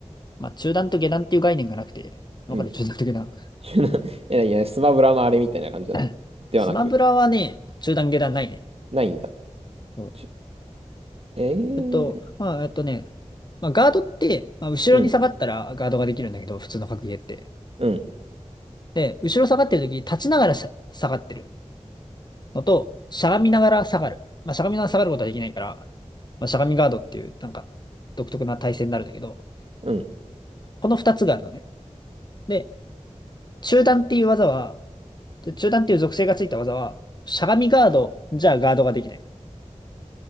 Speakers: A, on the left; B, on the right.
A: まあ、中段と下段っていう概念がなくて。
B: うん。
A: わかる中段と下段。
B: <laughs> いやいや、スマブラのあれみたいな感じなのではなく、
A: <laughs> スマブラはね、中段下段ないね。
B: ないんだ。
A: そう
B: ちゅええ
A: えっと、まあ、えっとね、まあ、ガードって、まあ、後ろに下がったらガードができるんだけど、
B: うん。
A: 普通の格ゲーって。
B: うん。
A: で、後ろ下がってる時、立ちながらしゃ下がってるのと、しゃがみながら下がる。まあ、しゃがみながら下がることはできないから、まあ、しゃがみガードっていう、なんか、独特な体勢になるんだけど、
B: うん。
A: この二つがあるのね。で、中段っていう技は、で中段っていう属性がついた技は、しゃがみガードじゃガードができない。